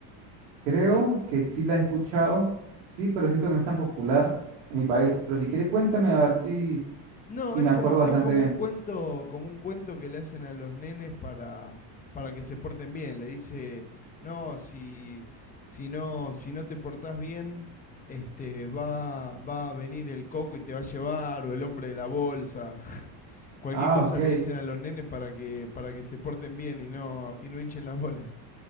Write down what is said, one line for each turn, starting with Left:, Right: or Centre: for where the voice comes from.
Right: Creo
Left: si,
Right: que sí la he escuchado, sí, pero siento que no es tan popular en mi país. Pero si quiere, cuéntame a ver si
Left: No,
Right: Sí,
Left: es
Right: me acuerdo
Left: como,
Right: bastante
Left: es como
Right: bien.
Left: un cuento, como un cuento que le hacen a los nenes para, para que se porten bien. Le dice, no, si, si no, si no te portás bien, este, va, va a venir el coco y te va a llevar, o el hombre de la bolsa. <laughs> Cualquier
Right: Ah,
Left: cosa
Right: ok.
Left: le dicen a los nenes para que, para que se porten bien y no, y no hinchen las bolas.